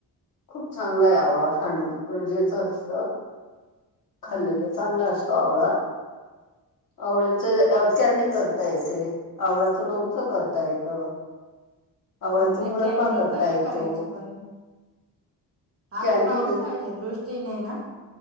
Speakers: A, on the left; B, on the right.
A: खूप चांगला आहे आवळा खाणं गरजेचं असतं. खाल्लेला
B: हा
A: चांगला असतो आवळा. आवळ्याच कॅडी करता येते आवळ्याचं लोणचं करता. करता येत. आवळ्याचा
B: हो ना
A: मुरंबा
B: कॅनडी कशी
A: येतो
B: करायची पण? हाता
A: कॅडी
B: पाऊसय
A: न
B: आहे.. दृष्ट, तिने हेना